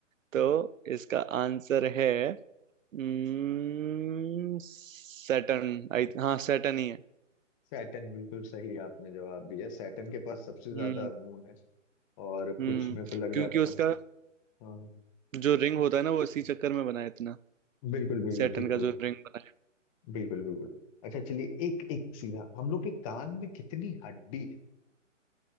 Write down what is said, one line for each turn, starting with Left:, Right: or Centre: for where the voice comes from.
Right: तो इसका आंसर है हम्म सैटर्न आई हाँ सैटर्न ही है
Left: सैटर्न बिल्कुल सही आपने जवाब दिया सैटर्न के पास सबसे
Right: हम्म
Left: ज्यादा मून है और कुछ
Right: हम्म
Left: मेरे को लग
Right: क्योंकि
Left: रहा है
Right: उसका
Left: पंच हाँ हाँ।
Right: जो रिंग होता है ना वो इसी चक्कर में बना है इतना
Left: बिल्कुल बिल्कुल
Right: सैटर्न
Left: ठीक
Right: का
Left: बोल
Right: जो
Left: रहे
Right: रिंग बना
Left: हो। बिल्कुल बिल्कुल अच्छा चलिए एक एक सीधा हम लोग के कान में कितनी हड्डी है